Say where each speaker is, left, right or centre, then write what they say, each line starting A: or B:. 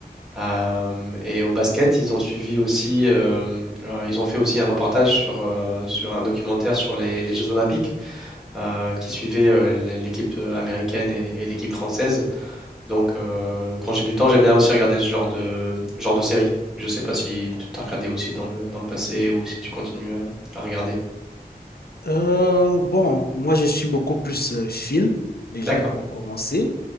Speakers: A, in the centre; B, on the left.
A: euh, et au basket, ils ont suivi aussi. euh, euh, ils ont fait aussi un reportage sur, euh, sur un documentaire sur les, les Jeux Olympiques euh, qui suivait euh, l- l'équipe euh, américaine et l- et l'équipe française. Donc, euh, quand j'ai du temps, j'aime bien aussi regarder ce genre de, genre de série. Je sais pas si tu t'as regardé aussi dans le, dans le passé ou si tu continues à, à regarder.
B: Euh, bon, moi je suis beaucoup plus euh, film, déjà
A: D'accord,
B: pour commencer,